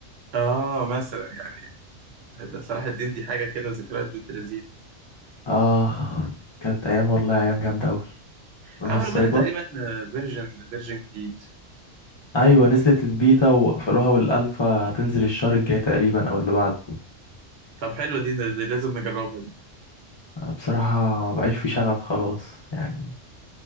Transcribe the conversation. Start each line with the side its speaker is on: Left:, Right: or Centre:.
Right: آه مثلا يعني ده صلاح الدين دي حاجة كده ذكريات بنت لذيذ
Left: اه كانت ايام والله ايام جامده قوي روح
Right: عملوا
Left: السايبر
Right: منها تقريبا فيرجن فيرجن جديد
Left: ايوه نزلت البيتا وقفلوها والالفا هتنزل الشهر الجاي تقريبا او اللي بعده
Right: طب حلوة دي ده ده لازم نجربها دي
Left: بصراحه ما بقاش في شغف خلاص يعني